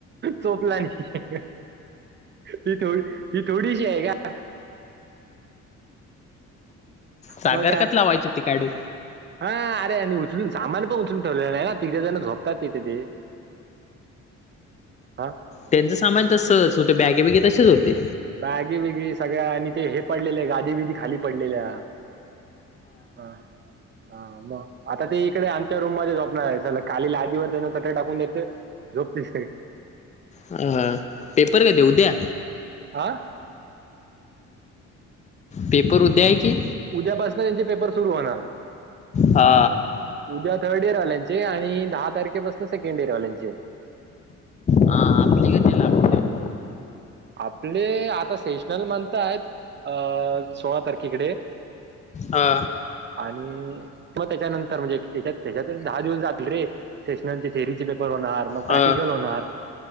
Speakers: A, on the right (about 35°); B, on the left (about 25°).
A: चोपला नाही मी थोडी. ही थोडीशी आहे का.
B: सागरकत
A: मग काय
B: लावायचीती काडू.
A: हा अरे आणि उचलून सामान पण उचलून ठेवलेलं नाही ना तिघं जण झोपतात तिथे ते. हा.
B: त्यांचं सामान तसच होतं बॅगे बगे तसेच होते.
A: बॅगी बगी सगळ्या आणि ते हे पडलेले गादी बदी खाली पडलेल्या हा हा मग आता ते इकडे आ त्या रूम मध्ये झोपणार चला खाली लादिवर त्यांना चटई टाकून देत झोपती सगळे.
B: अ पेपर कधी उद्या
A: आं!
B: पेपर उद्या आहे की?
A: उद्यापासून त्यांचे पेपर सुरू होणार
B: हा
A: उद्या थर्ड इयर वांल्याचे आणि दहा तारखेपसून सेकंड इयरवाल्यांचे
B: हा आपली कधी
A: हम्म हम्
B: लागते
A: आपले आता सेशनल म्हणताय अ सोळा तारखेकडे
B: हा
A: आणि मग त्याच्यानंतर म्हणजेच्यात त्याच्यात दहा दिवस जातले रे सेशनचे थेरीचे हो मग प्रॅक्टिकल
B: हा
A: होणार